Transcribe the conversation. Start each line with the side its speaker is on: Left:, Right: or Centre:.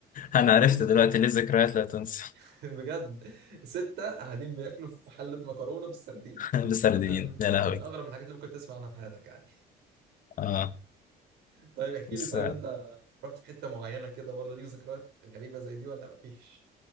Left: انا
Right: وبص
Left: عرفت دلوقتي ليه ذكريات لا تنسى
Right: <laughs> بجد ستة قاعدين بياكلوا في حلة مكرونة بالسردين
Left: <laughs> بسردين
Right: من
Left: يا لهوي
Right: من أغرب الحاجات اللي ممكن تسمع عنها في حياتك يعني
Left: اه
Right: طيب احكي
Left: بص
Right: لي طيب انت رحت في حتة معينة كده برضه ليك ذكريات غريبة زي دي ولا مفيش؟